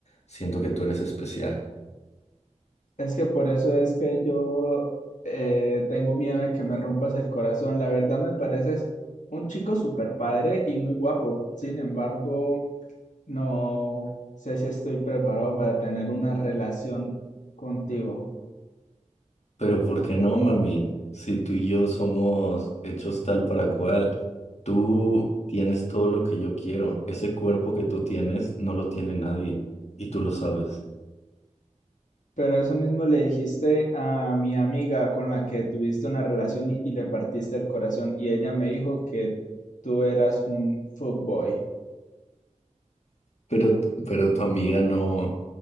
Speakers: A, on the left; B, on the left.
A: siento que tú eres especial.
B: Es que por eso es que yo eh, tengo miedo de que me rompas el corazón. La verdad me pareces un chico súper padre y muy guapo. Sin embargo, no sé si estoy preparado para tener una relación contigo.
A: Pero ¿por qué no, mami? Si tú y yo somos hechos tal para cual, tú tienes todo lo que yo quiero. Ese cuerpo que tú tienes no lo tiene nadie y tú lo sabes.
B: Pero eso mismo le dijiste a mi amiga con la que tuviste una relación y, y le partiste el corazón y ella me dijo que tú eras un fuckboy.
A: Pero, pero tu amiga no,